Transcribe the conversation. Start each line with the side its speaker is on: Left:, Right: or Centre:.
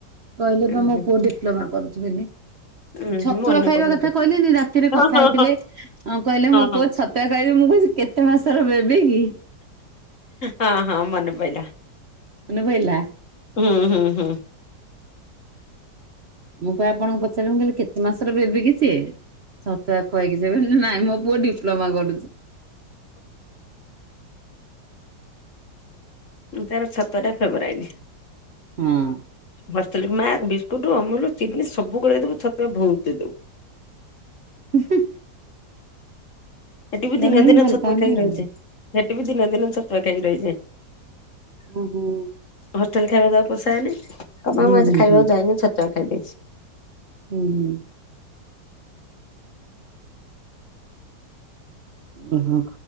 Right: କହିଲେ
Left: ଉଁ
Right: ବା ମୋ
Left: ହୁଁ
Right: ପୁଅ ଡିପ୍ଲୋମା କରୁଛି ବୋଲି।
Left: ଉଁ
Right: ଛତୁଆ
Left: ହୁଁ ମନେ
Right: ଖାଇବା
Left: ପଡୁନି
Right: କଥା
Left: ତ
Right: କହିଲିନି ରାତିରେ
Left: ହଁ
Right: କଥା
Left: ହଁ
Right: ହେଇଥିଲେ। ହଁ କହିଲେ ମୋ
Left: ହଁ।
Right: ପୁଅ
Left: ହଁ ହଁ ହଁ
Right: ଛତୁଆ ଖାଇବି ମୁଁ କହୁଛି କେତେ ମାସ ର ବେବି କି?।
Left: ହଁ ହଁ ମନେ ପଇଲା
Right: ମନେ ପଇଲା।
Left: ହୁଁ ହୁଁ ହୁଁ।
Right: ମୁଁ ପା ଆପଣଙ୍କୁ ପଚାରିଲି ମୁ କହିଲି କେତେ ମାସରେ ବେବି କି ସିଏ? ଛତୁଆ ଖୁଆଇକି ସେ ମ ନାଇଁ ମୋ ପୁଅ ଡିପ୍ଲୋମା କରୁଚି
Left: ତାର ଛତୁଆ ଟା ଫେବୃରାଇଟ।
Right: ହଁ।
Left: ହଷ୍ଟେଲରେ ମା ବିସ୍କୁଟ୍, ଅମୁଲ, ଚିନି ସବୁ ଗୋଳେଇ ଦେବୁ ଛତୁଆ ବହୁତ ଦେଇ ଦବୁ।
Right: ହ
Left: ଏଠି ବି
Right: ଜଣେ
Left: ଦିନେ
Right: ଜଣେ
Left: ଦିନେ
Right: ଭଲ
Left: ଛତୁଆ
Right: ପାଆନ୍ତି
Left: ଖାଇକି
Right: ଆଉ।
Left: ରହିଯାଏ। ସେଠି ବି ଦିନେ ଦିନେ ଛତୁଆ ଖାଇକି ରହିଯାଏ।
Right: ଉ ହୁଁ।
Left: ହଷ୍ଟେଲ୍ ଖାଇବା ତାକୁ ପୋସାଏନି। କହିବ
Right: ହୁଁ
Left: ମୁଁ ଆଜି
Right: ହୁଁ
Left: ଖାଇବାକୁ
Right: ହୁଁ
Left: ଯାଇନି, ଛତୁଆ ଖାଇ ଦେଇଛି।
Right: ହୁଁ ହୁଁ। ଓ ହୋ।